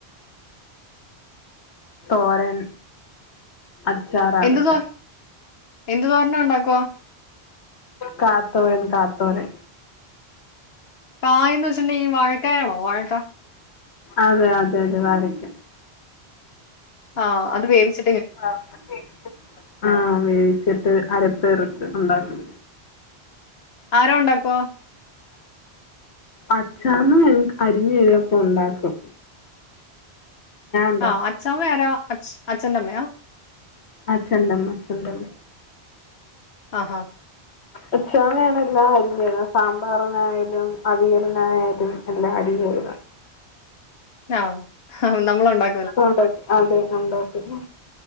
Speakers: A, on the left (about 80°); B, on the left (about 70°).
A: തോരൻ അച്ചാറാണ്
B: എന്ത് തോ എന്ത് തോരനാ ഉണ്ടാക്കുവാ
A: കാതോരൻ കാതോരൻ
B: കായന്ന് വെച്ചിണ്ടെങ്കി ഈ വായക്കയാണോ വായക്ക
A: അതെ അതെ തെ വായക്ക
B: ആഹ് അത് വേവിച്
A: ആഹ് വേവിച്ചിട്ട് അരപ്പേർത്ത് ണ്ടാക്കും
B: ആരാ ഉണ്ടാക്കുവ
A: അച്ചാമ്മ എനിക്ക് അരിഞ്ഞെരും അപ്പൊ ണ്ടാക്കും ഉണ്ടാക്കും
B: ആഹ് അച്ചാമ്മ യാരാ അച് അച്ഛൻണ്ടമ്മയാ
A: അച്ഛന്റമ്മ അച്ഛന്റമ്മ
B: അഹാ
A: ഉച്ചാമ്പോ ഞാന് എല്ലാം അരിഞ്ഞേരും സാമ്പാറിനായാലും അവിയലിനായാലും എല്ലാ അരിഞ്ഞേരു
B: ന ആ നമ്മളുണ്ടാ
A: അപ്പൊ <unintelligible> ആ അതെ കണ്ടോ പിന്നെ